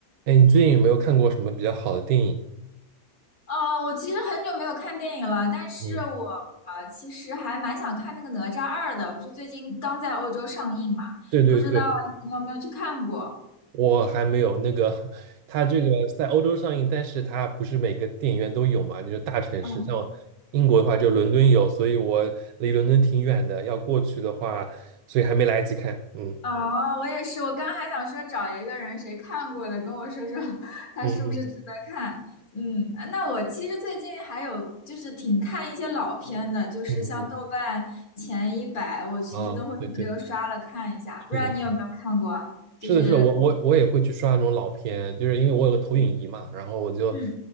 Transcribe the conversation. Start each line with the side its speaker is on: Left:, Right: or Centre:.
Right: 哎，你最近有没有看过什么比较好的电影？
Left: 呃，我其实很久没有看电影了，但是我呃其实还蛮想看那个《哪吒二》的，
Right: 嗯，
Left: 不是最近刚在欧洲上映嘛？
Right: 对对对，
Left: 不知道你有没有去看过？
Right: 我还没有那个，<laughs> 它这个在欧洲上映，但是它不是每个电影院都有嘛，就是大城市，
Left: 嗯，
Right: 像英国的话就伦敦有，所以我离伦敦挺远的，要过去的话，所以还没来得及看。嗯
Left: 哦，我也是，我刚还想说找一个人谁看过的，跟我说说 <laughs> 他是不是值得看。
Right: 嗯嗯
Left: 嗯，那我其实最近还有就是挺看一些老片的，就是像豆瓣前一百，
Right: 嗯
Left: 我其实都会轮流刷了看一下，
Right: 嗯，啊，对对，
Left: 不知道你有没有看过啊？
Right: 是的。
Left: 就是，
Right: 是的，是的，我我我也会去刷那种老片，就是因为我有个投影仪嘛，然后我就
Left: 嗯。